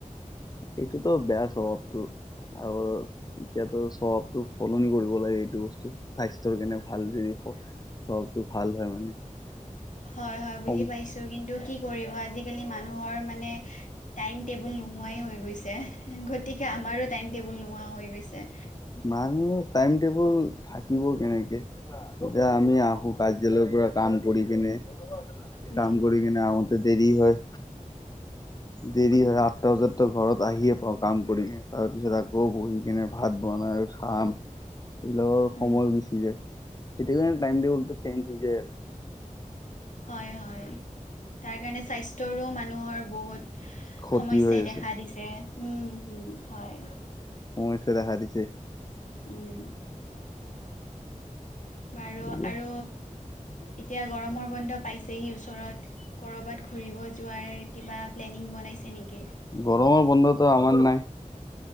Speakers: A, on the left; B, on the left.
A: এইটোতো বেয়া স্বভাৱটো। আৰু এতিয়াতো চবটো সলনি কৰিব লাগে, এইটো বস্তু স্বাস্থ্যৰ কাৰণে ভাল যদি।
B: <inaudible>
A: চবটো ভাল হয় মানে।
B: হয়, হয়। বুজি
A: সম
B: পাইছোঁ কিন্তু কি কৰিব আজিকালি মানুহৰ মানে টাইম টেবুল নোহোৱাই হৈ গৈছে। গতিকে আমাৰো টাইম টেবুল নোহোৱা হৈ গৈছে।
A: মানুহ টাইম টেবুল থাকিব কেনেকে, এতিয়া আমি আহোঁ কাৰ্য্যালয়ৰ পৰা কাম কৰি কিনে।
B: উম
A: কাম কৰি কিনে আহৈতে দেৰি হয়। দেৰি
B: উম
A: হয়, আঠটা বজাততো ঘৰত আহিয়ে পাওঁ কাম কৰি কিনে, তাৰপিছত আকৌ বহি কিনে ভাত বনাই খাম, এইবিলাকৰ সময়
B: উম
A: গুচি যায়। এতিয়া যেন টাইম টেবুলটো চেঞ্জ হৈ যায় আৰ।
B: হয়, হয়। তাৰকাৰণে স্বাস্থ্যৰো মানুহৰ বহুত
A: ক্ষতি
B: সমস্যাই
A: হৈ আছে
B: দেখা দিছে হম, হম, হয়।
A: সমস্যাই দেখা দিছে।
B: উম। বাৰু,
A: এইবিলাক
B: আৰু এতিয়া গৰমৰ বন্ধ পাইছেহি ওচৰত কৰবাত ঘুৰিব যোৱাৰ কিবা প্লেনিং বনাইছে নেকি?
A: গৰমৰ বন্ধতো আমাৰ নাই।